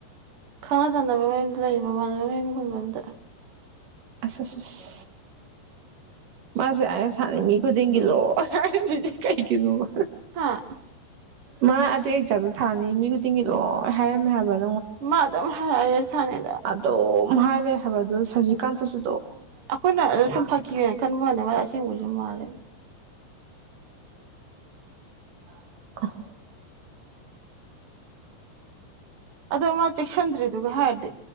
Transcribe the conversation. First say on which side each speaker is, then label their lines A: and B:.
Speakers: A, on the right; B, on the right.
A: ꯈꯪꯅ ꯆꯥꯟꯅꯕ ꯃꯌꯨꯝꯗ ꯂꯩꯔꯤ ꯃꯃꯥꯟꯅꯕ ꯃꯌꯨꯝꯒꯨꯝꯕ ꯑꯝꯗ
B: ꯑꯁ ꯑꯁ ꯑꯁ ꯃꯥꯁꯦ ꯑ ꯁꯥꯟꯅ ꯃꯤ ꯈꯨꯗꯤꯡꯒꯤ ꯂꯣꯏ ꯍꯥꯏꯔꯝꯃꯤꯁꯦ ꯀꯩꯒꯤꯅꯣꯕ
A: ꯍꯥꯥ
B: ꯃꯥ ꯑꯗꯨ ꯑꯦꯛꯖꯥꯝꯗ ꯊꯥꯅꯤ ꯃꯤ ꯈꯨꯗꯤꯡꯒꯤ ꯂꯣꯏ ꯍꯥꯏꯔꯝꯃꯦ ꯍꯥꯏꯕꯅꯤ
A: ꯃꯥꯗꯃ ꯍꯥꯏꯌꯦ ꯁꯅꯦ
B: ꯑꯗꯣ ꯃꯥꯦ ꯑꯗꯨ ꯁꯁꯤꯀꯥꯟꯇ ꯁ
A: ꯑꯩꯈꯣꯏꯅ ꯁꯨꯝ ꯐꯥꯀꯤꯦ ꯀꯩꯅꯅꯨꯡꯅꯦꯥꯏ ꯖ ꯃꯥꯜꯦ
B: <inaudible>
A: ꯑꯗꯣ ꯃꯥ ꯆꯦꯛꯁꯤꯟꯗ꯭ꯔꯦꯗꯨꯒ ꯍꯥꯏꯔꯗꯤ